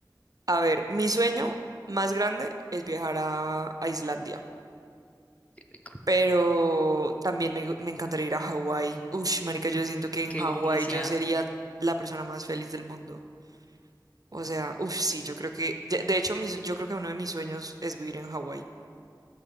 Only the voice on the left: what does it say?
Rico.
Qué
delicia.